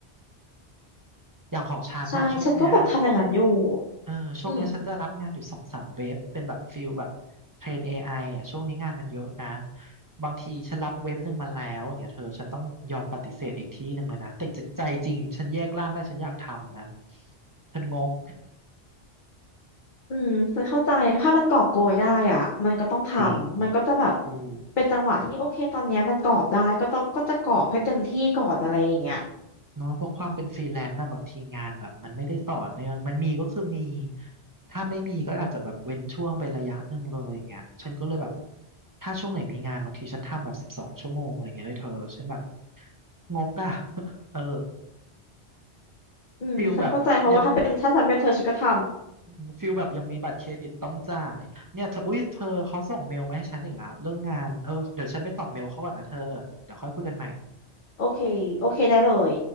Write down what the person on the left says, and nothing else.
ใช่ฉันก็แบบทำอย่างนั้นอยู่
อืม
อืมฉันเข้าใจถ้ามันกอบโกยได้อ่ะมันก็ต้องทำมันก็จะแบบ
เป็นจังหวะที่โอเคตอนเนี้ยมันกอบได้ก็ต้องก็จะกอบให้เต็มที่ก่อนอะไรอย่างเงี้ย
อืมฉันเข้าใจเพราะว่าถ้าเป็นถ้าฉันเป็นเธอฉันก็ท
ำโอเคโอเคได้เลย